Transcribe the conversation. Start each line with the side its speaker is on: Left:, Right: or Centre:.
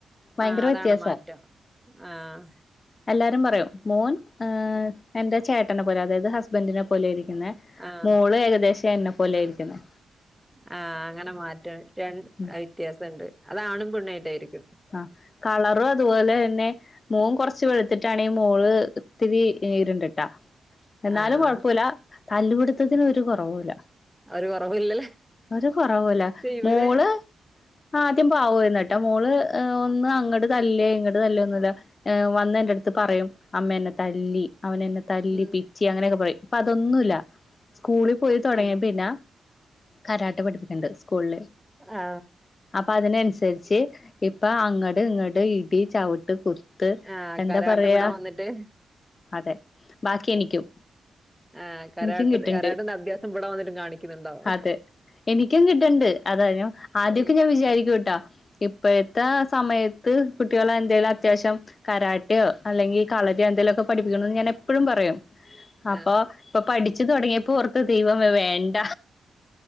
Left: ഭയങ്കര
Centre: ആഹ് അതാണ്
Left: വ്യത്യാസാ
Centre: മാറ്റം ആഹ്
Left: എല്ലാരും പറയൂ മോൻ എന്റെ ചേട്ടനെ പോലെ അതായത് ഹസ്ബ ഹസ്ബന്റിനെ പോലെയിരിക്കുന്നെ
Centre: ആഹ്
Left: മോള് ഏകദേശം എന്നെ പോലെയിരിക്കുന്നെ
Centre: ആ അങ്ങനെ മാറ്റം രണ്ട്
Left: ഉം
Centre: വ്യത്യാസണ്ട് അതാണും പെണ്ണോയിട്ടായിരിക്കും
Left: അ കളർ അതുപോലെ തന്നെ മോൻ കൊറച്ച് വെളുത്തിട്ടാണങ്കി മോള് ഇത്തിരി ഇര്ണ്ട് ട്ടാ എന്നാലും
Centre: ആഹ്
Left: കൊഴപൂല തല്ലൂടത്തത്തിന് ഒരു കുറവുല്ല
Centre: ഒരു കൊറവുല്ല
Left: ഒരു കൊറവൂല
Centre: ഇവരെ
Left: മോള് ആദ്യം പാവുയ് ന്ന്ട്ടാ മോള് ഒന്ന് അങ്ങണ്ട് ത ല്ലേ ഇങ്ങട്ട് തല്ല് ഒന്നുല്ല വന്ന എന്റെ ട് ത്ത്പറയും അമ്മ എന്നെ തല്ലി അവനെ എന്നെ തല്ലിപിച്ചി
Centre: ഉം.
Left: അങ്ങനെയൊക്കെ പറയും ഇ പ്പൊ അതൊന്നുല്ല സ്കൂളിൽ പോയി തൊടങ്ങിയ
Centre: ആ
Left: പിന്നെ കരാട്ടപഠിപ്പിക്ക്ണ്ട് സ്കൂളില്
Centre: ആ
Left: അപ്പൊ അതിനനുസരിച്ച് ഇപ്പ അങ്ങട് ഇങ്ങട് ഇടി ചവിട്ട് കുത്ത്
Centre: ആ
Left: എന്താ
Centre: കരാട്ടെ
Left: പറയാ
Centre: ഇവിടെ വന്നിട്ട്
Left: അതെ ബാക്കി എനിക്കും
Centre: ആ കരാട്ട
Left: എനിക്കും കിട്ടണ്ട്
Centre: കരാട്ടന്റെ അഭ്യാസം ഇവിട വന്നിട്ട് കാണിക്കുന്നുണ്ടാവോ
Left: അതെ എനിക്കും കിട്ടണ്ട് അതായ് നു ആദ്യക്കെ
Centre: ഏയ്,
Left: ഞാൻ വിചാരിക്കുട്ടാ ഇപ്പോഴത്തെ സമയത്ത് കുട്ടികളെഎന്തേലും അത്യാവശ്യം കരാട്ടിയോ അല്ലെങ്കി കളരി യൊ എന്തേലൊക്കെ പഠിപ്പിക്കണന്ന് ഞാൻ എപ്പഴും പറയും അപ്പൊ
Centre: ആ
Left: ഇപ്പൊ പഠിച്ചു തുടങ്ങിയപ്പോ ഓർത്ത് ദൈവമേ വേണ്ട